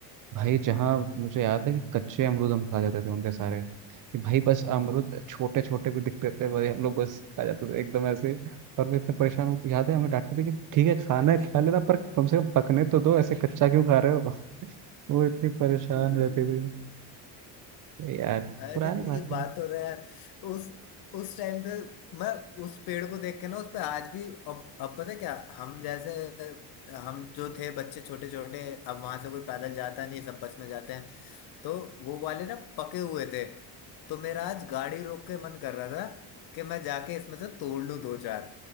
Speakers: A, on the right; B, on the left.
A: भाई जहाँ मुझे याद है कि कच्चे अमरूद हम खा जाते थे उनके सारे कि भाई बस अमरूद छोटे छोटे भी दिखते थे भाई हम लोग बस खा जाते थे एकदम ऐसे ही। और वो इतने परेशान वो याद है हमें डांटते थे कि ठीक है खाना है खा लेना पर कम से कम पकने तो दो ऐसे कच्चा क्यों खा रहे हो वो इतनी परेशान
B: अरे
A: रहती थी यार
B: एक
A: पुरानी बात
B: बात
A: है।
B: हो रहा है यार उस उस टाइम पे मैं उस पेड़ को देख के ना उस पे आज भी अब अब पता है क्या हम जैसे हम जो थे बच्चे छोटे छोटे अब वहां से कोई पैदल जाता नहीं सब बस में जाते हैं तो वो वाले ना पके हुए थे तो मेरा आज गाड़ी रोक के मन कर रहा था कि मैं जाके इसमें से तोड़ लूं दो चार